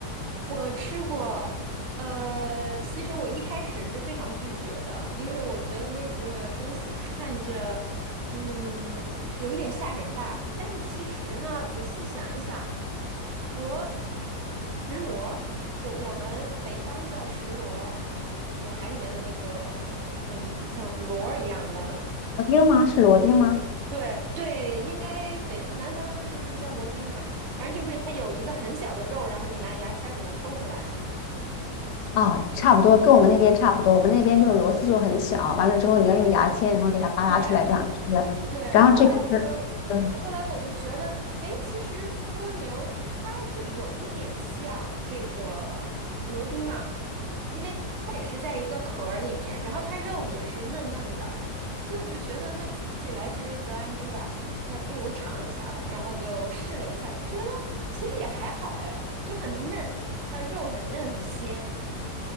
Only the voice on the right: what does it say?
我吃过，呃，其实我一开始是非常拒绝的，因为我觉得那个东西看着，嗯，有一点吓人吧。但是其实呢，仔细想一想，它和石螺儿就我们北方叫石螺儿就海里面的那个，嗯，像螺儿一样的
对对，应该北南方是不是叫螺钉啊？反正就是它有一个很小的肉，然后你拿牙签儿给它抠出来。
对对，
后来我就，
呃后来我就觉得，哎，其实蜗牛它就有一点像这个螺钉嘛，因为它也是在一个壳儿里面，然后它肉也是嫩嫩的，所以我就觉得，那既来之则安之吧，那不如尝一下了，然后就试了一下，就觉得其实也还好，哎，就很嫩，它肉很嫩很鲜。